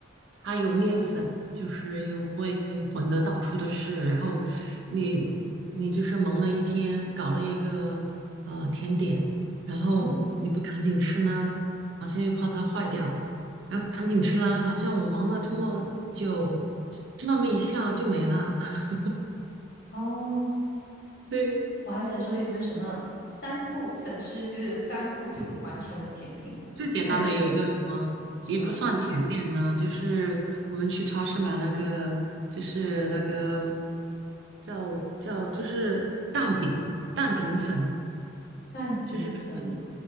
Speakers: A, on the right; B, on the left.
A: 它有面粉，
B: 哦，
A: 就是又会混得到处都是，然后你你就是忙了一天，搞了一个呃甜点，然后你不赶紧吃呢，
B: 嗯哼，
A: 好像又怕它坏掉。然后赶紧吃啦，好像我忙了这么久，吃那么一下就没了。<laughs>
B: 哦，
A: 对，
B: 我还想说有没有什么三步成诗，就是三步就完成的甜品啊？
A: 最简单的有一个什么，
B: <laughs> 看一下什么
A: 也不算甜点呐、就是我们去超市买那个，就是那个叫叫就是蛋饼，蛋饼粉，
B: 蛋饼粉，
A: 就是专门